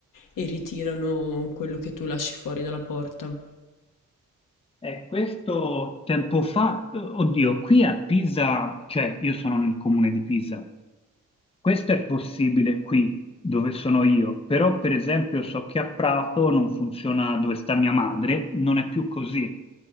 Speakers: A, on the left; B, on the left.
A: e ritirano quello che tu lasci fuori dalla porta.
B: Eh, questo tempo fa, eh, oddio, qui a Pisa, cioè io sono nel comune di Pisa, Questo è possibile qui dove sono io, però per esempio so che a Prato non funziona dove sta mia madre, non è più così.